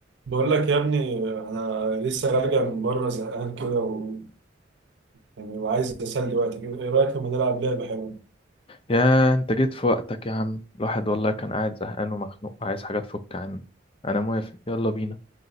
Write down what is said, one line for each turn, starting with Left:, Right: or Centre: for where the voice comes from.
Right: بقول لك يا ابني انا لسه راجع من بره زهقان كده و... يعني وعايز اسلي وقتي كده ايه رايك لما نلعب لعبه حلوه
Left: يا انت جيت في وقتك يا عم الواحد والله كان قاعد زهقان ومخنوق عايز حاجة تفك عنه انا موافق يلا بينا